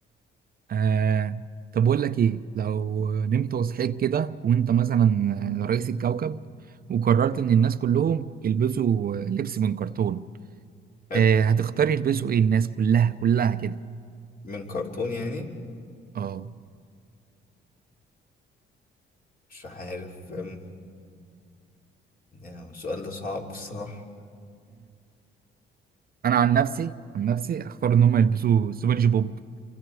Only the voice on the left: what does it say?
حلو
من كرتون يعني
مش عارف أم، يعني السؤال ده صعب الصراحة